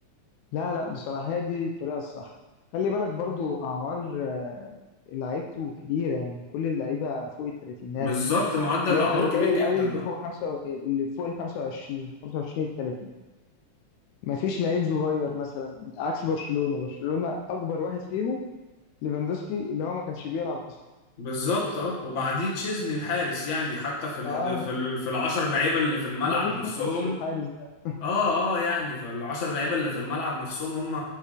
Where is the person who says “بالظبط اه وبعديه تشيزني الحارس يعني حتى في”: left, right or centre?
Left